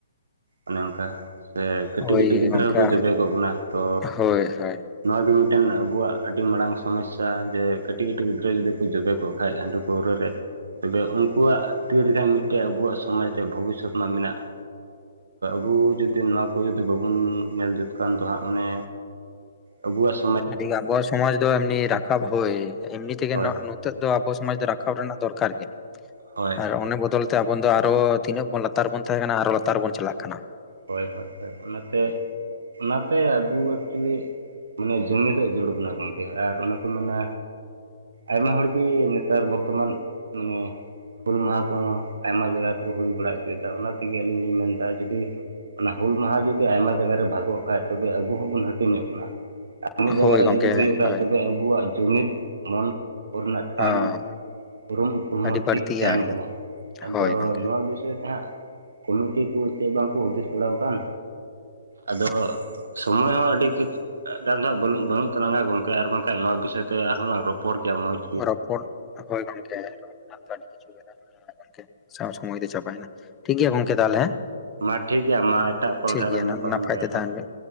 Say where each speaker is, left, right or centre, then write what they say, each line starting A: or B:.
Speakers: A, on the right (about 75°); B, on the left (about 20°).
A: ᱚᱱᱮ ᱚᱝ ᱠᱟ ᱥᱮ ᱠᱟᱹᱴᱤᱡ
B: ᱦᱳᱭ
A: ᱠᱟᱹᱴᱤᱡ ᱜᱤᱫᱽᱨᱟᱹ
B: ᱜᱚᱝᱠᱮ
A: ᱦᱚᱸᱠᱚ ᱡᱚᱵᱮ ᱠᱚᱜ ᱵᱚᱱᱟ ᱛᱚ
B: ᱦᱳᱭ ᱦᱳᱭ
A: ᱱᱚᱣᱟ ᱜᱮ ᱢᱤᱫᱴᱮᱱ ᱟᱵᱚᱣᱟᱜ ᱟᱹᱰᱤ ᱢᱟᱨᱟᱝ ᱥᱚᱢᱚᱥᱥᱟ ᱡᱮ ᱠᱟᱹᱴᱤᱡ ᱠᱟᱹᱴᱤᱡ ᱜᱤᱫᱽᱨᱟᱹ ᱡᱩᱫᱤ ᱠᱚ ᱡᱚᱵᱮ ᱠᱚᱜ ᱠᱷᱟᱡ ᱦᱟᱺᱰᱤ ᱯᱟᱹᱣᱨᱟᱹ ᱨᱮ ᱛᱚᱵᱮ ᱩᱱᱠᱩᱣᱟᱜ ᱛᱤ ᱨᱮᱜ ᱢᱤᱫᱴᱮᱱ ᱟᱵᱚᱣᱟᱜ ᱥᱚᱢᱟᱡᱽ ᱨᱮᱭᱟᱜ ᱵᱷᱚᱵᱤᱥᱚᱛ ᱢᱟ ᱢᱮᱱᱟᱜ ᱾ ᱩ ᱡᱩᱫᱤ ᱱᱚᱣᱟ ᱠᱚ ᱡᱩᱫᱤ ᱵᱟᱵᱚᱱ ᱧᱮᱞ ᱡᱩᱛ ᱠᱷᱟᱱ ᱫᱚ ᱦᱟᱸᱜ ᱢᱟᱱᱮ ᱟᱵᱚᱣᱟᱥ
B: ᱟᱹᱰᱤ ᱟᱵᱚᱣᱟᱜ ᱥᱚᱢᱟᱡᱽ ᱫᱚ ᱮᱢᱱᱤ ᱨᱟᱠᱟᱵ ᱦᱳᱭ ᱮᱢᱱᱤ ᱛᱮᱜᱮ
A: ᱦᱳᱭ
B: ᱱᱤᱛᱚᱜ ᱫᱚ ᱟᱵᱚ ᱥᱚᱢᱟᱡᱽ ᱫᱚ ᱨᱟᱠᱟᱵ ᱨᱮᱱᱟᱜ ᱫᱚᱨᱠᱟᱨ ᱜᱮ
A: ᱦᱳᱭ
B: ᱟᱨ ᱚᱱᱮ ᱵᱚᱫᱚᱞ ᱛᱟᱵᱚᱱ ᱫᱚ ᱟᱨᱚ ᱛᱤᱱᱟᱹᱜ ᱵᱚᱱ ᱞᱟᱛᱟᱨ ᱵᱚᱱ ᱛᱟᱦᱮᱸ ᱠᱟᱱᱟ ᱟᱨᱦᱚ ᱞᱟᱛᱟᱨ ᱵᱚᱱ ᱪᱟᱞᱟᱜ ᱠᱟᱱᱟ ᱾
A: ᱦᱳᱭ ᱦᱳᱭ ᱦᱳᱭ ᱚᱱᱟᱛᱮ ᱚᱱᱟᱛᱮ ᱟᱹᱜᱩ ᱮᱠᱪᱚᱮᱞᱤ ᱢᱟᱱᱮ ᱡᱚᱢᱤᱫ ᱡᱟᱹᱨᱩᱠᱟᱱᱟ ᱜᱚᱝᱠᱮ ᱟᱨ ᱚᱱᱮ ᱠᱚ ᱢᱮᱱᱟ ᱟᱭᱢᱟ ᱦᱚᱲᱜᱤ ᱱᱮᱛᱟᱨ ᱵᱚᱨᱛᱚᱢᱟᱱ ᱢᱟᱱᱮ ᱦᱩᱞ ᱢᱟᱦᱟ ᱠᱚᱦᱚᱸ ᱟᱭᱢᱟ ᱡᱟᱭᱜᱟ ᱠᱩ ᱦᱩᱭ ᱵᱟᱲᱟ ᱪᱮᱫᱟ ᱚᱱᱟ ᱛᱮᱜᱤ ᱟᱹᱞᱤᱧ ᱞᱤᱧ ᱢᱮᱱᱫᱟ ᱡᱩᱫᱤ ᱚᱱᱟ ᱦᱩᱞ ᱢᱟᱦᱟ ᱡᱩᱫᱤ ᱟᱭᱢᱟ ᱡᱟᱭᱜᱟ ᱨᱮ ᱵᱷᱟᱜᱚᱜ ᱠᱷᱟᱡ ᱛᱚᱵᱮ ᱟᱵᱚ ᱦᱚᱸᱵᱚᱱ ᱦᱟᱹᱴᱤᱧᱚᱜ ᱠᱟᱱᱟ ᱾ ᱠᱟᱹ ᱢᱤ ᱡᱟᱭᱜᱟ
B: ᱦᱳᱭ
A: ᱨᱮ
B: ᱜᱚᱝᱠᱮ
A: ᱡᱩᱫᱤ ᱦᱩᱭᱩᱜ ᱠᱷᱟᱡ
B: ᱦᱳᱭ
A: ᱛᱚᱵᱮ ᱟᱵᱚᱣᱟᱜ ᱡᱩᱢᱤᱫ ᱢᱚᱱ ᱠᱚ ᱨᱮᱱᱟᱜ ᱴᱟᱱ
B: ᱦᱚᱸ
A: ᱩᱨᱩᱢ ᱩᱯᱨᱩᱢ ᱦᱚᱸ
B: ᱟᱹᱰᱤ
A: ᱴᱷᱤᱠ
B: ᱵᱟᱹᱲᱛᱤ ᱜᱮ
A: ᱛᱟᱦᱮᱱ
B: ᱟᱠᱟᱱᱟ
A: ᱠᱟᱱᱟ ᱟᱫᱚ
B: ᱦᱳᱭ ᱜᱚᱝᱠᱮ
A: ᱱᱚᱣᱟ ᱵᱤᱥᱚᱭ ᱛᱮ ᱦᱟᱸᱜ ᱠᱩᱢᱤᱴᱤ ᱠᱚ ᱪᱮᱜ ᱵᱟᱝᱠᱩ ᱦᱩᱫᱤᱥ ᱵᱟᱲᱟ ᱠᱟᱱ ᱟᱫᱚ ᱥᱚᱢᱚᱭ ᱦᱚᱸ ᱟᱹᱰᱤ <unintelligible> ᱵᱟᱹᱱᱩᱜ ᱵᱟᱹᱱᱩᱜ ᱛᱟᱞᱟᱝᱼᱟ ᱜᱚᱝᱠᱮ ᱟᱨ ᱵᱟᱝᱠᱷᱟᱱ ᱱᱚᱣᱟ ᱵᱤᱥᱚᱭ ᱛᱮ ᱟᱨᱦᱚᱸᱞᱟᱝ ᱨᱚᱯᱚᱲ ᱯᱚᱲ ᱜᱮᱭᱟ ᱢᱚᱡᱽ
B: ᱨᱚᱯᱚᱲ ᱦᱳᱭ ᱜᱚᱝᱠᱮ ᱨᱚᱲ ᱨᱮᱱᱟᱜ ᱫᱚ ᱟᱹᱰᱤ ᱠᱤᱪᱷᱩ ᱢᱮᱱᱟᱜ ᱜᱮᱭᱟ ᱾ ᱦᱚᱸ ᱜᱚᱝᱠᱮ ᱥᱟᱣ ᱥᱚᱢᱚᱭ ᱛᱮ ᱪᱟᱯᱟᱭᱱᱟ ᱴᱷᱤᱠ ᱜᱮᱭᱟ ᱜᱚᱢᱠᱮ ᱛᱟᱦᱚᱞᱮ ᱦᱮᱸ ᱾
A: ᱢᱟ ᱴᱷᱤᱠ ᱜᱮᱭᱟ ᱢᱟ ᱮᱴᱟᱜ ᱠᱚᱞ
B: ᱴᱷᱤᱠ
A: ᱨᱮ
B: ᱜᱮᱭᱟ
A: ᱞᱟᱝ
B: ᱱᱟᱱ
A: ᱧᱟᱯᱟᱢᱮᱱ
B: ᱱᱟᱯᱟᱭ
A: ᱜᱮ
B: ᱛᱮ
A: ᱟᱨᱦᱚᱸ
B: ᱛᱟᱦᱮᱱ ᱵᱮᱱ